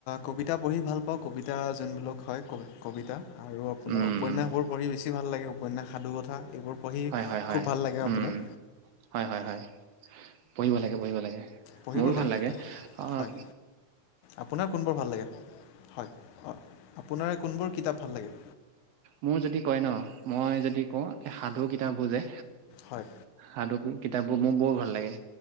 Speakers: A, on the left; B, on the right.
A: কবিতা পঢ়ি ভাল পাও, কবিতা যোনবিলাক হয় কবি কবিতা আৰু আপোনাৰ
B: উম
A: উপন্যাসবোৰ পঢ়ি বেছি ভাল লাগে উপন্যাস সাধু কথা এইবোৰ পঢ়ি
B: হয় হয় হয়
A: খুব ভাল লাগে আপোনাৰ।
B: উম হয় হয় হয়। পঢ়িব লাগে, পঢ়িব লাগে,
A: পঢ়িব
B: মোৰো ভাল লাগে।
A: কিতাপ
B: আহ
A: হয় আপোনাৰ কোনবোৰ ভাল লাগে? হয় অঁ আপোনাৰ কোনবোৰ কিতাপ ভাল লাগে?
B: মোৰ যদি কয় ন, মই যদি কওঁ এই সাধু কিতাপ তাপবোৰ যে
A: হয়
B: সাধু কিতাপ বোৰ মোৰ বৰ ভাল লাগে।